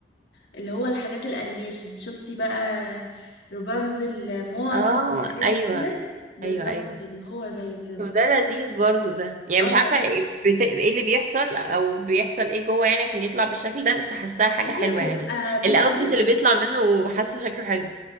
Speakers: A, on the left; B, on the right.
A: اللي هو الحاجات الانيميشن شفتي بقى روبانزل موان
B: اه
A: والحاجات
B: ايوه
A: دي كده بالظبط
B: ايوه ايوه
A: كده هو زيه كده بالظبط.
B: طب ده لذيذ برضو ده يعني
A: اه
B: مش عارفة ايه بت- إيه اللي بيحصل او بيحصل ايه جوه يعني عشان يطلع بالشكل ده بس حاساها حاجة
A: هي
B: حلوة
A: بتبقى
B: يعني
A: بصي
B: الاوتبوت اللي بيطلع منه حاسة شكله حلو